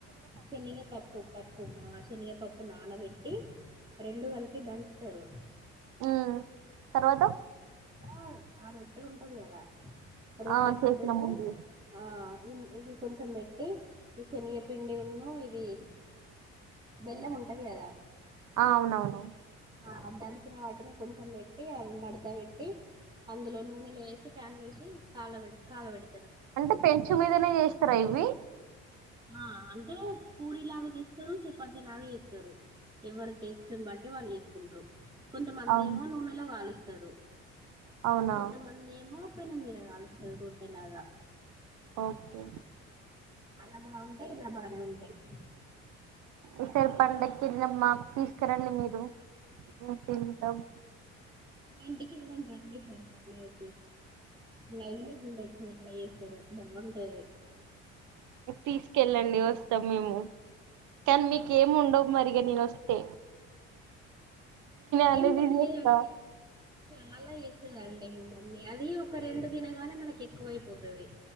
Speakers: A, on the right; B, on the right.
A: శనగపప్పు పప్ మా శినగపప్పు నానబెట్టి రెండు కలి కు దంచుతరు
B: ఊ తర్వాత
A: అా ఆరోటే ఉంటది కదా రోట్టె
B: ఆ
A: మద్యలో
B: చేసిన ముందు
A: ఆ ఇ ఇవి కొంచెం పెట్టి ఈ శనిగపీండి ఉను ఇది బెల్లం ఉంటది కదా
B: ఆ అవునవును
A: ఆ దంచిన వాటిని కొంచెం పెట్టి అవి మడత పెట్టి అందులో నూనెలో వేసి ఫ్యాన్లో వేసి కాలవెడ్ కాగబెడ్
B: అంటే పెంచు మీదనే చేస్తారా ఇవి
A: ఆ అంటే పూరి లాగా చేస్తారు చపాతి లాగా చేస్తారు ఎవరి టేస్ట్ని బట్టి వాళ్ళు చేసుకుంటారు కొంతమంది
B: అవును
A: ఏమో నూనెలో కాలుస్తారు
B: అవునా
A: కొంతమంది ఏమో పెనం మీద కాలుస్తారు రొట్టెలాగ
B: ఓకే
A: అలా బాగుంటాయి ఇలా బానే ఉంటాయి
B: ఈసారి పండగకి వెళ్ళిన మాకు తీసుకురండి మీరు తింటాం
A: మా ఇంటికి వెళ్ళ బాంచేస్తారు లైన్ లో వచ్చంది ఇట్లా చేసారు బాగుంటది
B: తీసుకెళ్ళండి వస్తాం మేము కానీ మీక ఏమి ఉండవు మరిగా నీనోస్తే అన్ని
A: ఏం పర్లేదండి
B: తీసేస్తా
A: చాలా ఇస్తదండి మా మమ్మీ అది ఒక రెండు దినగానే మనకి ఎక్కువైపోతుది